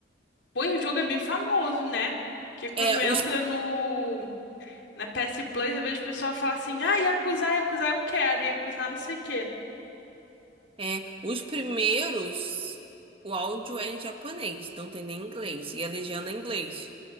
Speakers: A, on the left; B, on the right.
A: pô, e o jogo é bem famoso, né? Que quando
B: É,
A: entra
B: os,
A: no na PS Plus, eu vejo o pessoal falar assim: "Ah, Yakuza, Yakuza, eu quero, Yakuza não sei o quê".
B: é, os primeiros, o áudio é em japonês, não tem nem inglês. E a legenda é em inglês.